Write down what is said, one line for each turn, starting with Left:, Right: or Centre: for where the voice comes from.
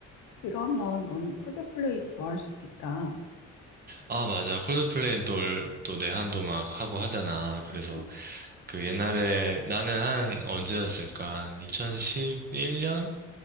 Left: 그러면 너는 콜드플레이도 좋아할 수 있겠다.
Right: 아, 맞아. 콜드플레이는 또, 또 내한도 막 하고 하잖아. 그래서
Left: 음,
Right: 그 옛날에 나는 한 언제였을까? 한 2011년?